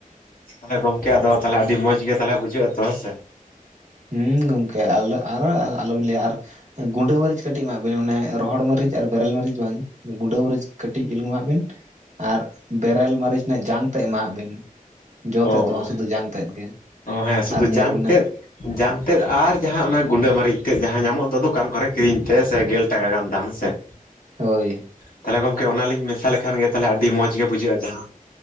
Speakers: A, on the left; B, on the right.
A: ᱛᱟᱦᱞᱮ ᱜᱚᱝᱠᱮ ᱟᱫᱚ ᱛᱟᱦᱮᱞᱮ ᱟᱹᱰᱤ ᱢᱚᱸᱡᱽ ᱜᱮ ᱛᱟᱦᱚᱞᱮ ᱵᱩᱡᱷᱟᱹᱜ-ᱟ ᱛᱚ ᱦᱳᱭᱥᱮ?
B: ᱦᱩᱸ ᱜᱚᱝᱠᱮ ᱟᱞᱚ ᱟᱨᱚ ᱟᱞᱚᱵᱤᱱ ᱞᱟᱹᱭᱟ ᱟᱨ ᱜᱩᱸᱰᱟᱹ ᱢᱟᱹᱨᱤᱪ ᱠᱟᱹᱴᱤᱡ ᱮᱢᱟᱜ ᱵᱤᱱ, ᱚᱱᱮ ᱨᱚᱦᱚᱲ ᱢᱟᱹᱨᱤᱪ ᱟᱨ ᱵᱮᱨᱮᱞ ᱢᱟᱹᱨᱤᱪ ᱵᱟᱝ ᱜᱩᱸᱰᱟᱹ ᱢᱟᱹᱨᱤᱪ ᱠᱟᱹᱴᱤᱡ ᱪᱩᱞᱩᱝ ᱮᱢᱟᱜ ᱵᱤᱱ ᱟᱨ ᱵᱮᱨᱮᱞ ᱢᱟᱹᱨᱤᱪ ᱨᱮᱱᱟᱜ ᱡᱟᱝ ᱛᱮᱫ ᱮᱢᱟᱣᱟᱜ ᱵᱤᱱ ᱾ ᱡᱚ
A: ᱚ
B: ᱛᱮᱫ ᱫᱚ ᱵᱟᱝ ᱥᱩᱫᱩ ᱡᱟᱝ ᱛᱮᱫ ᱜᱮ
A: ᱚ ᱦᱮᱸ ᱥᱩᱫᱷᱩ
B: ᱟᱨ ᱧᱮᱞ
A: ᱡᱟᱝ
B: ᱵᱤᱱ ᱦᱟᱸᱜ
A: ᱛᱮᱫ ᱡᱟᱝ ᱛᱮᱫ ᱟᱨ ᱡᱟᱦᱟ ᱚᱱᱟ ᱜᱩᱸᱰᱟᱹ ᱢᱟᱹᱨᱤᱪ ᱛᱮᱫ ᱡᱟᱦᱟ ᱧᱟᱢᱚᱜ ᱫᱚ ᱫᱳᱠᱟᱱ ᱠᱚᱨᱮᱜ ᱠᱤᱨᱤᱧ ᱛᱮ ᱜᱮᱞ ᱴᱟᱠᱟ ᱜᱟᱱ ᱫᱟᱢ ᱦᱮᱸ ᱥᱮ ᱦ
B: ᱦᱳᱭ
A: ᱛᱟᱦᱚᱞᱮ ᱜᱚᱝᱠᱮ ᱚᱱᱟᱞᱤᱧ ᱢᱮᱥᱟ ᱞᱮᱠᱷᱟᱱ ᱜᱮ ᱛᱟᱦᱚᱞᱮ ᱟᱹᱰᱤ ᱢᱚᱡᱽ ᱜᱮ ᱵᱩᱡᱷᱟᱹᱜᱼᱟ ᱡᱟᱦᱟᱸ